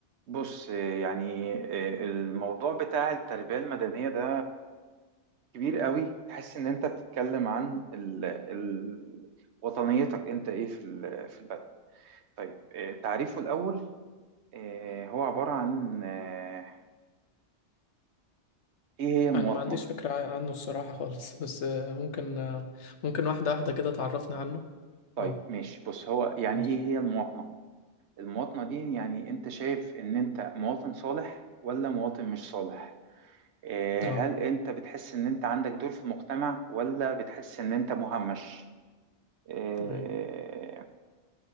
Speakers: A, on the right (about 75°); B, on the left (about 80°).
A: بص يعني آه، الموضوع بتاع التربية المدنية ده كبير قوي تحس ان انت بتتكلم عن ال... ال... وطنيتك انت ايه في ال... في البلد طيب آه، تعريفه الاول آه، هو عبارة عن آه، ايه هي المواطنة
B: انا ما عنديش فكرة عنه الصراحة خالص <laughs> بس آه، ممكن آه، ممكن واحدة واحدة كده تعرفنا عنه
A: طيب
B: اه
A: ماشي بص هو يعني
B: ماشي
A: ايه هي المواطنة المواطنة دي يعني انت شايف ان انت مواطن صالح ولا مواطن مش صالح آه،
B: اه
A: هل انت بتحس ان انت عندك دور في المجتمع ولا بتحس ان انت مهمش آه،
B: تمام